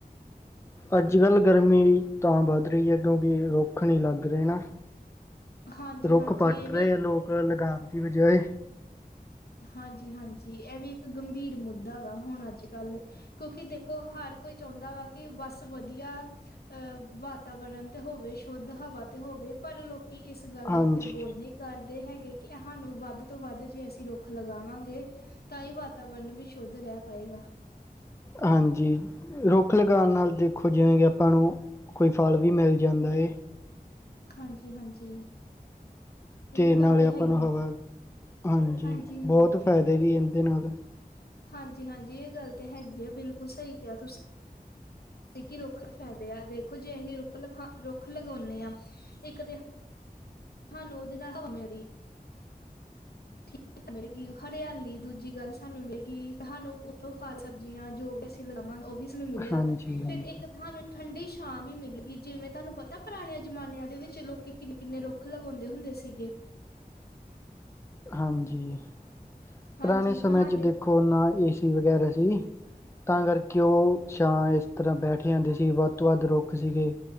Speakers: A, on the left; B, on the left.
A: ਅੱਜ ਕੱਲ ਗਰਮੀ ਤਾਂ ਵੱਧ ਰਹੀ ਹੈ ਕਿਉਂਕਿ ਰੁੱਖ ਨਹੀਂ ਲੱਗ ਰਹੇ ਨੇ।
B: ਹਾਂਜੀ
A: ਰੁੱਖ
B: ਹਾਂਜੀ
A: ਪੱਟ
B: ਇਹ ਵੀ
A: ਰਹੇ ਆ ਲੋਕ ਲਗਾਉਣ ਦੀ ਬਜਾਏ।
B: ਹਾਂਜੀ- ਹਾਂਜੀ ਇਹ ਵੀ ਇੱਕ ਗੰਭੀਰ ਮੁੱਦਾ ਵਾ ਹੁਣ ਅੱਜ ਕੱਲ। ਕਿਉਂਕਿ ਦੇਖੋ ਹਰ ਕੋਈ ਚਾਹੁੰਦਾ ਵਾ ਕਿ ਬਸ ਵਧੀਆ, ਅਹ ਵਾਤਾਵਰਨ ਤੇ ਹੋਵੇ, ਸ਼ੁੱਧ ਹਵਾ ਤੇ ਹੋਵੇ, ਪਰ ਲੋਕ- ਕੀ ਇਸ ਗੱਲ
A: ਹਾਂਜੀ
B: ਦੇ ਉੱਤੇ ਗੋਰ ਨਹੀਂ ਕਰਦੇ ਹੈਗੇ ਕਿ ਸਾਨੂੰ ਵੱਧ ਤੋਂ ਵੱਧ ਜੇ ਅਸੀਂ ਰੂ- ਰੁੱਖ ਲਗਾਵਾਂਗੇ ਤਾਂ ਹੀ ਵਾਤਾਵਰਨ ਵੀ ਸ਼ੁੱਧ ਰਹਿ ਪਾਏਗਾ।
A: ਹਾਂਜੀ ਰੁੱਖ ਲਗਾਉਣ ਨਾਲ ਦੇਖੋ ਜਿਵੇਂ ਕਿ ਆਪਾਂ ਨੂੰ, ਕੋਈ ਫਲ ਵੀ ਮਿਲ ਜਾਂਦਾ ਏ।
B: ਹਾਂਜੀ- ਹਾਂਜੀ
A: ਅਤੇ
B: ਇਹ
A: ਨਾਲੇ
B: ਗੱਲ ਤੇ
A: ਆਪਾਂ
B: ਹੈਗੀ।
A: ਨੂੰ ਹਵਾ ਹਾਂਜੀ
B: ਹਾਂਜੀ-ਹਾਂਜੀ
A: ਬਹੋਤ ਫਾਇਦੇ ਵੀ ਇਹਦੇ ਨਾਲ।
B: ਹਾਂਜੀ- ਹਾਂਜੀ ਇਹ ਗੱਲ ਤੇ ਹੈਗੀ ਆ ਬਿਲਕੁਲ ਸਹੀ ਕਿਹਾ ਤੁਸੀਂ। ਕਿ ਰੁੱਖ ਫਾਇਦੇ ਆ ਦੇਖੋ ਜੇ ਅਸੀਂ ਰੁੱਖ ਲਖਾ ਰੁੱਖ ਲਗਾਉਂਦੇ ਆ। ਇੱਕ ਤੇ ਸਾਨੂੰ ਉਹਦੇ ਨਾਲ ਹਵਾਂ - ਠੀਕ ਮਿਲੇਗੀ ਹਰਿਆਲੀ ਦੂਜੀ ਗੱਲ ਸਾਨੂੰ ਮਿਲੇਗੀ ਸਾਨੂੰ ਉਥੋਂ ਫਲ ਸਬਜ਼ੀਆਂ ਜੋ, ਲਗਾਵਾਂਗੇ ਉਹ ਵੀ ਸਾਨੂੰ ਮਿਲਿਆ
A: ਹਾਂਜੀ ਹਾਂਜੀ
B: ਫੇਰ ਇੱਕ ਤੁਹਾਨੂੰ, ਠੰਡੀ ਛਾਂ ਵੀ ਮਿਲ ਗਈ ਜਿਵੇਂ ਤੁਹਾਨੂੰ ਪਤਾ ਪੁਰਾਣੇ ਜਮਾਨਿਆਂ ਦੇ ਵਿੱਚ ਲੋਕੀ ਕਿੰਨੇ- ਕਿੰਨੇ ਰੂ- ਖ ਲਗਾਉਂਦੇ ਹੁੰਦੇ ਸੀਗੇ।
A: ਹਾਂਜੀ
B: ਹਾਂਜੀ
A: ਪੁਰਾਣੇ ਸਮੇਆਂ
B: ਮੈਂ ਸਾਡੇ
A: ਚ ਦੇਖੋ ਨਾ ਏ ਸ, ਸੀ ਵਗੈਰਾ ਸੀ, ਤਾਂ ਕਰਕੇ ਉਹ- ਛਾਂ ਇਸ ਤਰਾਂ ਬੈਠੇ ਜਾਂਦੇ ਸੀ ਵੱਧ ਤੋਂ ਵੱਧ ਰੁੱਖ ਸੀਗੇ,